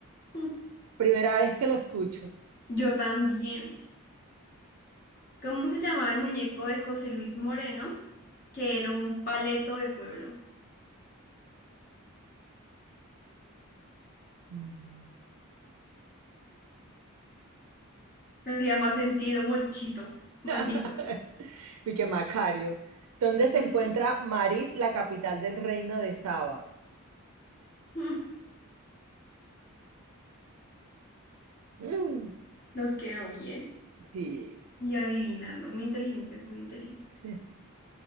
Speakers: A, on the left; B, on the right.
A: Ujú,
B: Primera vez que lo escucho.
A: Yo también. ¿Cómo se llamaba el muñeco de José Luis Moreno? Que era un paleto de pueblo.
B: mm.
A: Tenía más sentido, mochito,
B: <laughs>
A: moñito.
B: Y que Macario. ¿Dónde se
A: Sí.
B: encuentra Marit, la capital del reino de Saba?
A: <laughs> Mm,
B: Mm,
A: Nos quedó bien.
B: Sí.
A: Y adivinando, muy inteligentes, muy inteligentes.
B: <laughs>